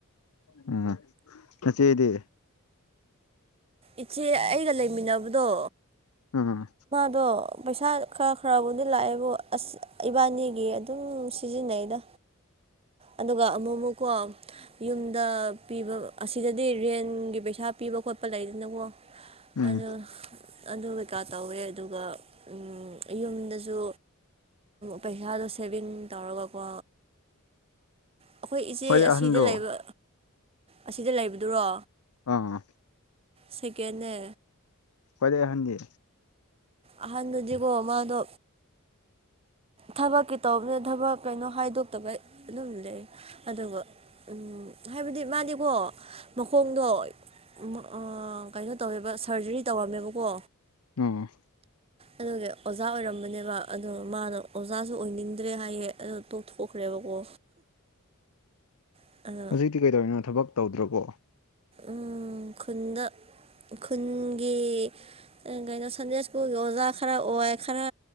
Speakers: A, on the left; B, on the right.
A: ꯎꯝ ꯅꯆꯦꯗꯤ
B: ꯏꯆꯦ ꯑꯩꯒ ꯂꯩꯃꯤꯟꯅꯕꯗꯣ
A: ꯎꯝ
B: ꯑꯗꯣ ꯄꯩꯁꯥ ꯈꯔ ꯈꯔꯕꯨꯗꯤ ꯂꯥꯛꯑꯦꯕꯨ ꯑꯁ ꯏꯕꯥꯅꯤꯒꯤ ꯑꯗꯨꯝ ꯁꯤꯖꯤꯟꯅꯩꯗ ꯑꯗꯨꯒ ꯑꯃꯨꯛ ꯑꯃꯨꯛꯀꯣ ꯌꯨꯝꯗ ꯄꯤꯕ ꯑꯁꯤꯗꯗꯤ ꯔꯦꯟꯒꯤ ꯄꯩꯁꯥ ꯄꯤꯕ ꯈꯣꯠꯄ ꯂꯩꯗꯅꯀꯣ
A: ꯎꯝ
B: ꯑꯗꯨ ꯑꯗꯨ ꯀꯩꯀꯥ ꯇꯧꯋꯦ ꯑꯗꯨꯒ ꯎꯝ ꯌꯨꯝꯗꯁꯨ ꯄꯩꯁꯥꯗꯣ ꯁꯦꯚꯤꯡ ꯇꯧꯔꯒꯀꯣ ꯑꯩꯈꯣꯏ ꯏꯆꯦ
A: ꯈ꯭ꯋꯥꯏꯗꯩ
B: ꯑꯁꯤꯗ
A: ꯑꯍꯟꯔꯣ
B: ꯂꯩꯕ ꯑꯁꯤꯗ ꯂꯩꯕꯗꯨꯔꯣ
A: ꯑꯥ
B: ꯁꯦꯀꯦꯟꯅ
A: ꯈꯋꯥꯏꯗꯩ ꯑꯍꯟꯗꯤ
B: ꯑꯍꯟꯗꯨꯗꯤꯀꯣ ꯃꯥꯗꯣ ꯊꯕꯛꯀꯤ ꯇꯧꯕꯅꯤ ꯊꯕꯛ ꯀꯩꯅꯣ ꯍꯥꯏꯗꯣꯛꯇꯕ ꯑꯗꯨꯝ ꯂꯩ ꯑꯗꯨꯒ ꯎꯝ ꯍꯥꯏꯕꯗꯤ ꯃꯥꯗꯤꯀꯣ ꯃꯈꯣꯡꯗꯣ ꯎꯝ ꯑ ꯀꯩꯅꯣ ꯇꯧꯋꯦꯕ ꯁꯔꯖꯔꯤ ꯇꯧꯔꯝꯃꯦꯕꯀꯣ
A: ꯑꯣ
B: ꯑꯗꯨꯒꯤ ꯑꯣꯖꯥ ꯑꯣꯏꯔꯝꯕꯅꯦꯕ ꯑꯗꯣ ꯃꯥꯗꯣ ꯑꯣꯖꯥꯁꯨ ꯑꯣꯏꯅꯤꯡꯗ꯭ꯔꯦ ꯍꯥꯏꯌꯦ ꯑꯗꯨ ꯇꯣꯛꯊꯣꯛꯈ꯭ꯔꯦꯕꯀꯣ ꯑ
A: ꯇꯤ ꯀꯩꯗꯧꯔꯤꯅꯣ ꯊꯕꯛꯇꯧꯗ꯭ꯔꯕꯣ
B: ꯎ ꯈꯨꯟꯗ ꯈꯨꯟꯒꯤ ꯀꯩꯅꯣ ꯁꯟꯗꯦ ꯁ꯭ꯀꯨꯜꯒꯤ ꯑꯣꯖꯥ ꯈꯔ ꯑꯣꯏ ꯈꯔ